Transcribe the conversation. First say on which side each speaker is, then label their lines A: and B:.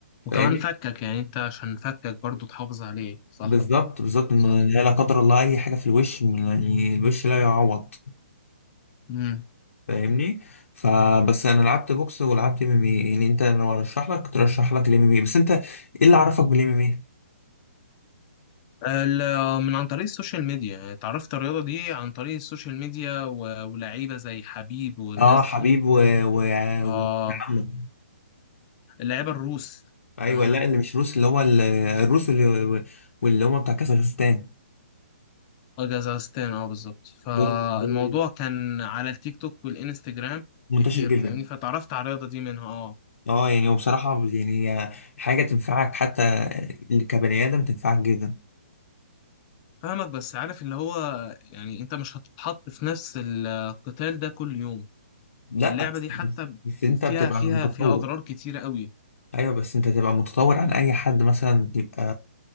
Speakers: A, on the left (about 25°); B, on the left (about 80°).
A: وكمان
B: فاهمني
A: فكك يعني أنت عشان فكك برضو تحافظ عليه صح
B: بالظبط بالظبط إن
A: صح
B: لا لا قدر الله اي حاجه في الوش يعني الوش لا يعوض
A: مم.
B: فاهمني فبس انا لعبت بوكس ولعبت ام ام اي يعني انت لو ارشح لك كنت ارشح لك الام ام اي بس انت ايه اللي عرفك بالام ام اي
A: ال- من عن طريق السوشيال ميديا يعني اتعرفت الرياضة دي عن طريق السوشيال ميديا و- ولاعيبة زي حبيب والناس
B: اه حبيب
A: دي
B: و و
A: اه
B: و- عمه
A: اللعيبة الروس
B: ايوه
A: تمام
B: لا اللي مش روس اللي هو ال- الروس واللي واللي هم بتاع كازاخستان
A: جزازتين اه بالظبط فالموضوع
B: دول دول
A: كان على التيك توك والانستجرام
B: منتشر
A: كتير
B: جدا
A: فاهمني فتعرفت على الرياضة دي منها اه
B: اه يعني وبصراحة يعني هي حاجة تنفعك حتى كبني آدم تنفعك جدا
A: فاهمك بس عارف اللي هو يعني انت مش هتتحط في نفس القتال ده كل يوم
B: لا
A: فاللعبة
B: بس
A: دي حتى
B: بس انت
A: فيها
B: بتبقى
A: فيها
B: متطور
A: فيها اضرار كتيرة قوي
B: ايوه بس انت تبقى متطور عن اي حد مثلا يبقى